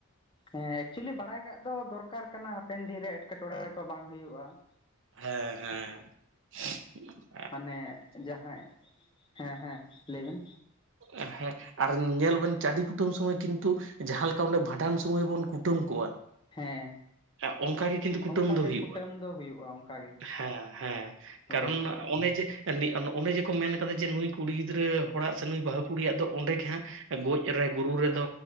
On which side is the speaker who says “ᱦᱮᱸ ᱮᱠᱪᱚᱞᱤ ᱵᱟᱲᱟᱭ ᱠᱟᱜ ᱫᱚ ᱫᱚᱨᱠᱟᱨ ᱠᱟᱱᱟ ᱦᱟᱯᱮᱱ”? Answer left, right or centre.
Left